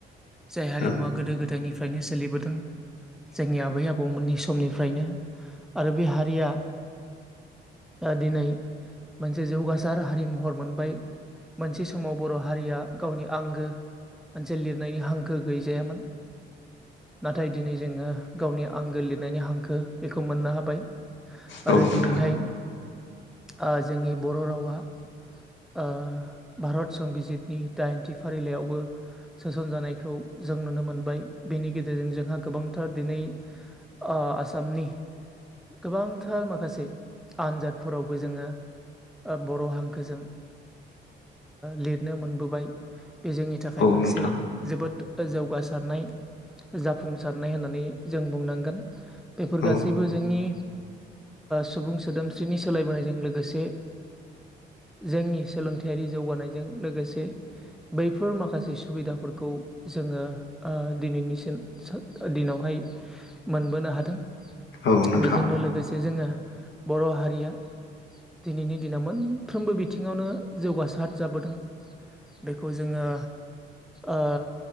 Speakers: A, in the centre; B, on the left.
A: जाय हारिमुवा
B: औ
A: गोदो गोदायनिफ्रायनो सोलिबोदों जोंनि आबै आबौमोननि स समनिफ्रायनो आरो बे हारिया दिनै मोनसे जौगासार हारि महर मोनबाय। मोनसे समाव बर' हारिया गावनि आंगो मोनसे लिरनायनि हांखो गैजायामोन। नाथाय दिनै जोङो गावनि आंगो लिरनायनि हांखो बेखौ मोननो हाबाय।
B: औ
A: आरो
B: नोंथां
A: दिनैहाय ओ जोंनि बर' रावा ओ भारत संबिजितनि दाइनथि फारिलाइयावबो सोसनजानायखौ जों नुनो मोनबाय। बेनि गेजेरजों जोंहा गोबांथार दिनै ओ आसामनि गोबांथार माखासे आनजादफोरावबो जोङो ओ बर' हांखोजों लिरनो मोनबोबाय बे जोंनि थाखाय
B: औ
A: मोनसे
B: नोंथां
A: जोबोद। जौगासारनाय जाफुंसारनाय होननानै जों बुंनांगोन। बेफोर
B: औ
A: गासैबो जोंनि। सुबुं सोदोमस्रिनि सोलायबोनायजों लोगोसे। जोंनि सोलोंथा हेरि जौगानायजों लोगोसे बैफोर माखासे सुबिदाफोरखौ जोङो ओ दिनैनिसिम सो दिनावहाय मोनबोनो हादों।
B: औ नोंथां
A: बेजोंनो लोगो जे जोङो बर' हारिया दिनैनि दिनाव मोनफ्रोमबो बिथिङावनो। जौगासार जाबोदों। बेखौ जोङो ओ